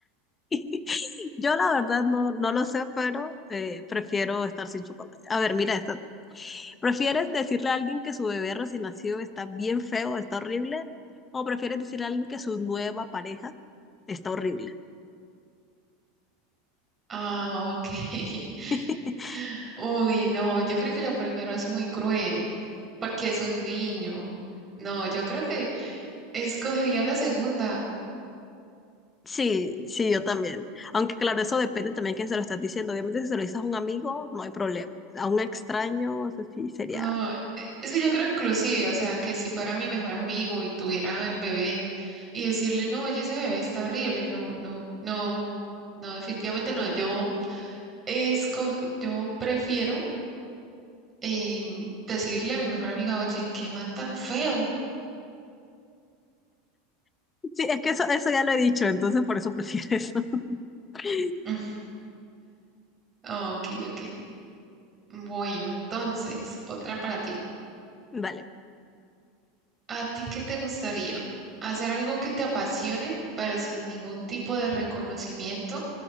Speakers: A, on the left (about 20°); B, on the right (about 25°).
A: <laughs> Yo la verdad no, no lo sé, pero eh, prefiero estar sin chocolate. A ver, mira esta. ¿Prefieres decirle a alguien que su bebé recién nacido está bien feo, está horrible? ¿O prefieres decirle a alguien que su nueva pareja está horrible?
B: Ah, ok. <laughs>
A: <laughs>
B: Uy, no, yo creo que lo primero es muy cruel, porque es un niño. No, yo creo que escogería la segunda.
A: Sí, sí, yo también. Aunque claro, eso depende también de quién se lo estás diciendo. Obviamente, si se lo dices a un amigo, no hay problema. A un extraño, eso sí sería.
B: No, e- es que yo creo inclusive, o sea, que si fuera mi mejor amigo y tuviera al bebé y decirle, no, oye, ese bebé está horrible, no, no, no, no, definitivamente no. Yo esco, yo prefiero em, decirle a mi mejor amiga, oye, qué man tan feo.
A: Sí, es que eso, eso ya lo he dicho, entonces por eso prefiero eso. <laughs>
B: <laughs> Ok, ok. Bueno, entonces, otra para ti.
A: Vale,
B: ¿A ti qué te gustaría? ¿Hacer algo que te apasione, pero sin ningún tipo de reconocimiento?